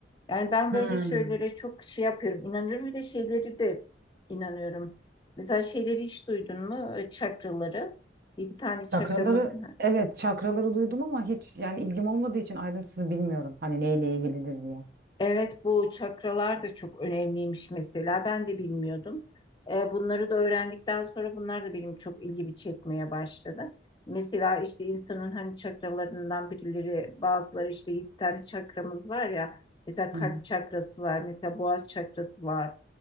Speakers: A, on the left; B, on the right.
A: Yani ben
B: Hmm.
A: böyle şeylere çok şey yapıyorum. İnanıyorum bir de şeyleri de inanıyorum. Mesela şeyleri hiç duydun mu? E, Çakraları. Bir bir tane çakramız
B: Çakraları evet çakraları duydum ama hiç yani ilgim olmadığı için ayrıntısını bilmiyorum. Hani neyle ilgilidir diye.
A: Evet, bu çakralar da çok önemliymiş mesela. Ben de bilmiyordum. Ee, bunları da öğrendikten sonra bunlar da benim çok ilgimi çekmeye başladı. Mesela işte insanın hani çakralarından birileri, bazıları işte yedi tane çakramız var ya. Mesela kalp
B: Hı
A: çakrası var, mesela boğaz çakrası var.